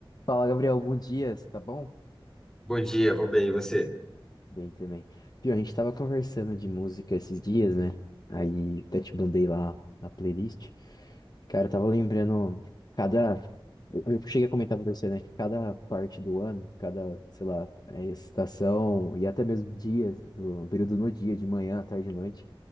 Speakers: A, on the left; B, in the centre.
A: Fala, Gabriel, bom dia, você tá bom?
B: Bom dia, vou bem, e você?
A: Bem também. Viu, a gente tava conversando de música esses dias, né? Aí até te mandei lá a playlist. Cara, eu tava lembrando cada. Eu cheguei a comentar pra você, né? Que cada parte do ano, cada, sei lá, é, estação e até mesmo dias, do período no dia, de manhã, à tarde e noite,